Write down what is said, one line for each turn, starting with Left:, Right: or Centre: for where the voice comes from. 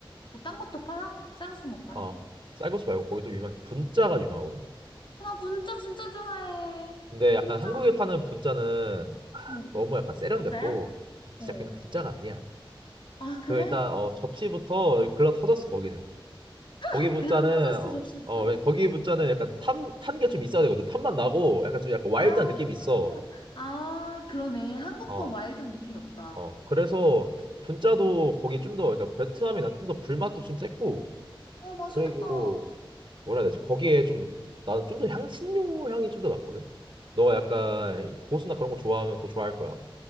Left: 뭐 딴 것도 팔아? 쌍수만 팔아?
Right: 어 쌀국수 말고 거기 또 유명한 게 분짜가 유명하거든.
Left: 나 분짜 진짜 좋아해.
Right: 근데 약간
Left: 분짜
Right: 한국에 파는 분짜는
Left: 어,
Right: 너무 약간 세련됐고
Left: 가짜야?
Right: 진짜
Left: 어.
Right: 그냥 분짜가 아니야.
Left: 아, 그래?
Right: 그 일단 어 접시부터 글러 터졌어 거기는. 거기
Left: 아,
Right: 분짜는
Left: 글로 버졌어
Right: 어,
Left: 잠시만.
Right: 어 왜- 거기 분짜는 약간 탄 탄 게 좀 있어야 되거든. 탄맛 나고 약간 좀 약간 와일드한
Left: 아,
Right: 느낌이 있어.
Left: 아, 그러네. 한국
Right: 어
Left: 건 와일드한 느낌이 없다.
Right: 어. 그래서 분짜도 거기 좀 더 그러니까 베트남이나 좀 더 불맛도 좀 셌고
Left: 어, 맛있겠다.
Right: 그리고
Left: 어,
Right: 뭐라 해야 되지? 거기에 좀 나는 좀 더 향신료 향이 좀 더 났거든. 너가 약간 고수나 그런 거 좋아하면 더 좋아할 거야. 아마.